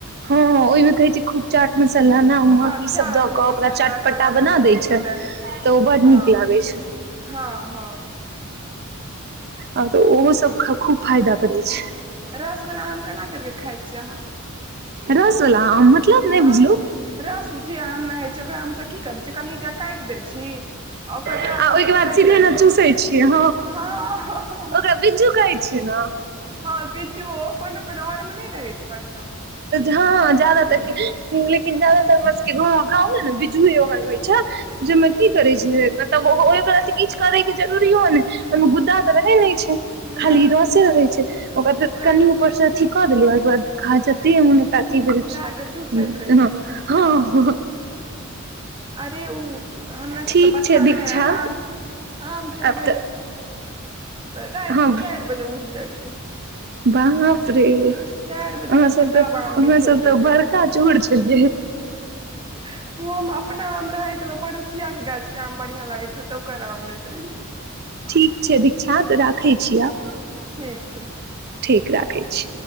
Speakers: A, on the right; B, on the right.
A: हँ ओहिमे कहै छै खूब चाट मसाला ना अम्मर
B: हँ
A: ई
B: चाट
A: सब द कऽ
B: मसाला
A: ओकरा चटपटा
B: काला नमक
A: बना देय
B: ई सब
A: छै
B: डालि
A: तऽ
B: के
A: ओ बड
B: हँ
A: नीक लागै छै
B: हँ - हँ
A: आ तऽ ओहो सभ ख - खूब फायदा करै छै
B: रस वला आम केना कैर कऽ खाइ छियै अहाँ
A: रस वला आम मतलब
B: हँ
A: नहि बुझलु
B: रस जे आम मे होइ छै ओकरा हमसब की करै छी कनि टा काइट दै छी ओकर
A: आ
B: रस
A: ओहिके
B: कऽ चुसैत
A: बाद सीधे
B: रहै
A: ने चूसै
B: छी हँ
A: छियै
B: - हँ, हँ - हँ
A: ओकरा बिज्जू कहै छियै नऽ
B: हँ बिज्जू ओ कोनो - कोनो आओर मे नय रहै छै बढ़िया
A: हँ जादातर केँ लेकिन ज्यादातर हमर सब केँ घर गाँवमे नऽ बिजूए ओहन होइ छै जयमे की करै छै मतलब ओ ओहे ओकरा अथि किछ करै केँ जरुरियो नम ओयमे गुद्दा तऽ रहै नैय छै खाली
B: नहि
A: रसे रहै छै ओकर तऽ
B: पूरा
A: कनियो ऊपर से अथी कऽ देलहु ओय केँ बाद खा जत्तिये मोन रति
B: लए
A: भर
B: कऽ चूसैत
A: हँ
B: रहै छै दू घंटा
A: हँ
B: सँ
A: हँ
B: अरे उ हमे
A: ठीक
B: सभ तऽ बच्चा
A: छै दीक्षा
B: मे नऽ आम-आम चोरबै
A: आब तऽ
B: लऽ राइत
A: हँ
B: कऽ चाइर बजे उइठ जाइत रहियै
A: बाप रे अहाँ
B: चारि बजे उठ
A: सब
B: के
A: तऽ
B: तब आम बिछैत
A: अहाँ सब तऽ
B: रहियै
A: बड़का चोर छलियै
B: ओहो मे अपना आम रहैत मऽ पड़ोसिया केँ गाछ केँ आम बढ़िया लागैत रहै तऽ ओकर आम लैत रहियै
A: ठीक छै दीक्षा तऽ राखै छी आब
B: ठीक छै
A: ठीक राखै छी